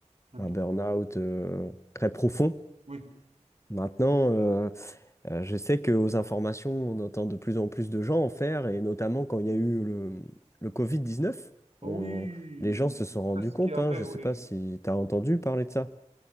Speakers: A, on the right; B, on the left.
A: même
B: un
A: temps.
B: burn-out euh, très profond.
A: Oui.
B: Maintenant, euh, euh, je sais qu'aux informations, on entend de plus en plus de gens en faire, et notamment quand il
A: Mm.
B: y a eu le, le Covid-19,
A: Ah
B: on-
A: oui,
B: les gens se
A: le stress
B: sont rendus compte,
A: qu'il y avait,
B: hein, je ne
A: oui.
B: sais pas si tu as entendu parler de ça.